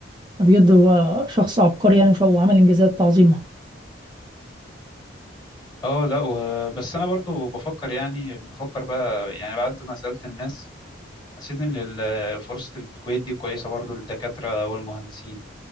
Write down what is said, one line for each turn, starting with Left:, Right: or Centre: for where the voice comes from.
Right: بجد هو شخص عبقري يعني وعمل إنجازات عظيمة
Left: اه لا و... بس انا برضو بفكر يعني بفكر بقى يعني بعد ما سألت الناس حسيت ان ال- فرصة الكويت دي كويسة برضو للدكاترة والمهندسين